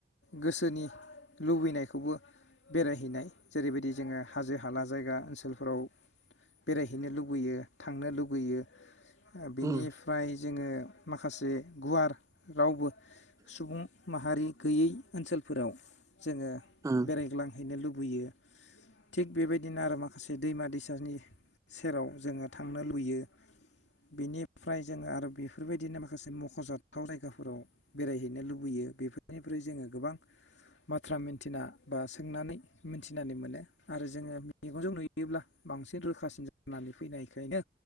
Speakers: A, on the left (about 90°); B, on the right (about 20°).
A: गोसोनि लुबैनायखौबो बेरायहैनाय जेरैबायदि जोङो हाजो हाला जायगा ओनसोल फ्राव बेरायहैनो लुबैयो थांनो लुबैयो गैयो बिनिफ्राय
B: उम उम
A: जोङो माखासे गुवार रावबो सुबुं माहारि गैयै ओनसोलफोराव जोङो
B: औ
A: बेरायग्लांहैनो लुबैयो होयो थिग बेबायदिनो आरो मा माखासे दैमा दैसानि सेराव जोङो थांनो लुबैयो बेनिफ्राय जोङो आरो बेफोरबायदिनो माखासे मख'जाथाव जायगाफोराव बेरायहैनो लुबैयो बेफोरनिफ्राय जोङो गोबां बाथ्रा मिथिना बा सोंनानै मिथिनानै मोनो आरो जोङो मेगनजों नुयोब्ला बांसिन रोखासिन जानानै फैनायखायनो